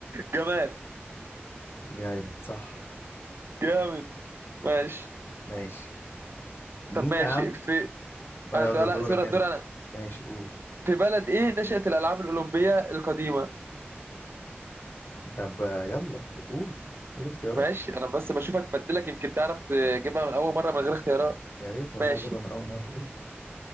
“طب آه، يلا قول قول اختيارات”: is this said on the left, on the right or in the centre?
Left